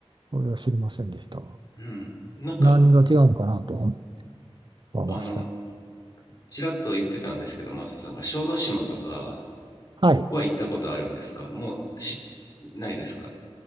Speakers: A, on the right; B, on the left.
A: それは知りませんでしたわ。
B: うんなんか
A: 何が違うのかなと思いました。
B: あのちらっと言ってたんですけどマサさんが小豆島とか
A: はい。
B: は行ったことあるんですかもうしないですか